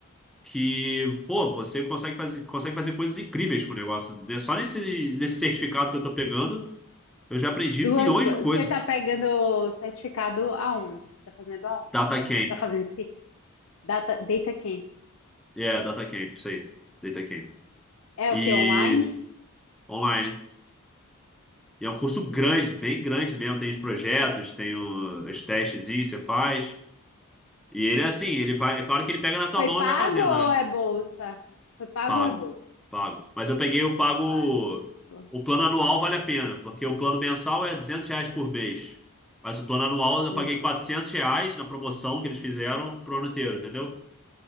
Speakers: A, in the centre; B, on the left (about 65°).
A: Que, pô, você consegue fazer, consegue fazer coisas incríveis com o negócio. né? Só nesse, nesse certificado que eu tô pegando, eu já aprendi
B: Duas.
A: milhões
B: Você
A: de coisas.
B: está pegando certificado aonde? Você está fazendo aonde?
A: DataCamp,
B: Você está fazendo esse data, data camp?
A: É, DataCamp, isso aí. DataCamp
B: É
A: E
B: o que? Online?
A: online. E é um curso
B: Hum.
A: grande, bem grande mesmo. Tem os projetos, tem os testes, você faz. E ele é assim, ele vai. É claro que ele pega na tua
B: Foi
A: mão e
B: pago
A: vai fazendo, né?
B: ou é bolsa? Foi pago
A: Pago,
B: ou é bolsa?
A: pago. Mas eu peguei o pago.
B: Na página. tipo,
A: O plano anual vale a pena, porque o plano mensal é 200 reais por mês. Mas o plano anual eu
B: Hum.
A: paguei 400 reais na promoção que eles fizeram pro ano inteiro, entendeu?